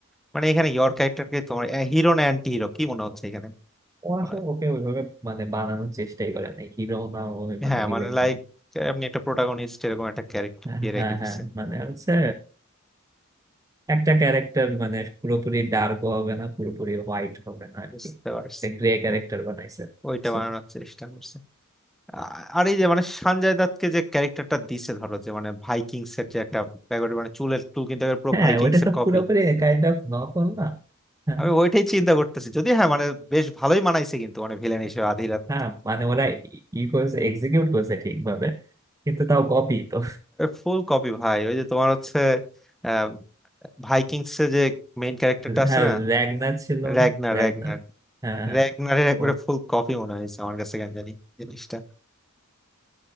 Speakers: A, in the centre; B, on the right.
A: মানে এখানে ইয়র ক্যারেক্টারকে তোমার হিরো না অ্যান্টি হিরো কি মনে হচ্ছে এখানে
B: ও আসলে
A: মানে-
B: ওকে ওইভাবে মানে বানানোর চেষ্টাই করে নাই হিরো না ও মানে
A: হ্যাঁ
B: ভিলেন
A: মানে লাইক
B: না
A: আপনি একটা প্রোটাগনিস্ট এরকম একটা ক্যারেক্টার
B: হ্যাঁ
A: দিয়ে
B: হ্যাঁ
A: রেখে দিচ্ছে
B: হ্যাঁ, মানে হচ্ছে একটা ক্যারেক্টার মানে পুরোপুরি ডার্ক হবে না পুরোপুরি হোয়াইট হবে না আর
A: বুঝতে
B: কি
A: পারছি
B: একটা গ্রে
A: তো
B: ক্যারেক্টার বানাইছে
A: ওইটা
B: So,
A: বানানোর চেষ্টা করছে আ- আর এই যে মানে সঞ্জয় দত্তকে যে ক্যারেক্টারটা দিছে ধরো যে মানে ভাইকিংস এর যে একটা ব্যাপার মানে চুলের চুল কিন্তু একেবারে পুরো
B: হ্যাঁ
A: ভাইকিংস
B: ওইটা
A: এর
B: তো
A: কপি
B: পুরোপুরি কাইন্ড অফ নকল না হ্যাঁ
A: আমি ওইটাই চিন্তা করতেছি যদি হ্যাঁ মানে বেশ ভালোই মানাইছে কিন্তু মানে ভিলেন হিসেবে আধিরাত
B: হ্যাঁ, মানে ওরা ই ই করছে এক্সিকিউট করছে ঠিকভাবে কিন্তু তাও কপি তো
A: ফুল কপি ভাই ওই যে তোমার হচ্ছে আহ ভাইকিংস এর যে মেইন ক্যারেক্টারটা আছে
B: হ্যাঁ
A: না
B: র্যাগনার ছিল
A: র্যাগনার
B: র্যাগনার
A: র্যাগনার
B: হ্যাঁ হ্যাঁ
A: র্যাগনারের একবারে
B: ও
A: ফুল কপি মনে হয়েছে আমার কাছে কেন জানি জিনিসটা